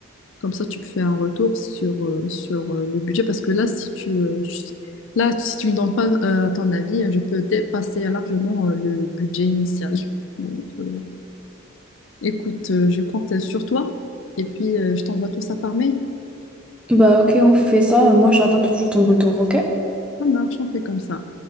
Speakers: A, on the left; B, in the centre.
A: comme ça, tu fais un retour sur, euh, sur euh, le budget. Parce que là, si tu euh, je- là, si tu me donnes pas euh, ton avis, je peux dépasser largement euh, le budget initial. <laughs> Donc, euh, écoute, euh, je compte sur toi. Et puis, euh, je t'envoie tout ça par mail.
B: Bah, ok, on fait ça. Moi, j'attends toujours ton retour, ok?
A: Ça marche, on fait comme ça.